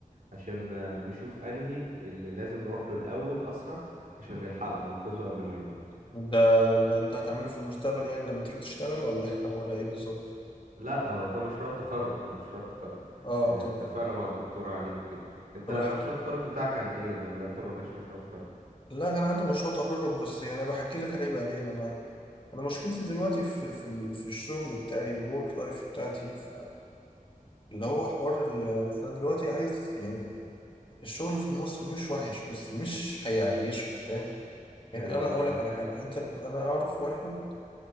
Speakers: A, on the right (about 75°); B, on the left (about 35°).
A: عشان آه، نشوف انهي اللي لازم نروح له الاول اسرع عشان نلحقه وننقذه قبل ما يموت
B: ده ده انت هتعمله في المستقبل يعني لما تيجي تشتغل ولا <laughs> ولا ايه بالظبط
A: لا هو ده مشروع التخرج ده مشروع التخرج
B: اه
A: آه،
B: طب
A: اتفقنا مع الدكتور عليه وكده انت
B: طب الحاجة
A: مشروع التخرج بتاعك عن ايه ولا انت ما عندكش مشروع تخرج
B: لا كان عندي مشروع تخرج بس يعني انا بحكي لك عليه بعدين انا انا مشكلتي دلوقتي في في ال- في الشغل بتاعي الورك لايف بتاعتي ف- اللي هو حوار ال- انا دلوقتي عايز يعني الشغل في مصر مش وحش بس مش هيعيشك فاهم يعني
A: ايوه
B: انا
A: فاهم
B: اقول لك على حاجة انت انا اعرف واحد